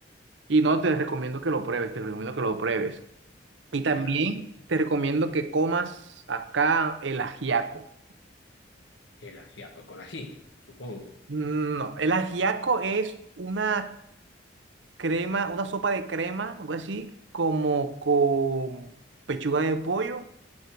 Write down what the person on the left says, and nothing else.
Ya,
el ajiaco con ají, supongo.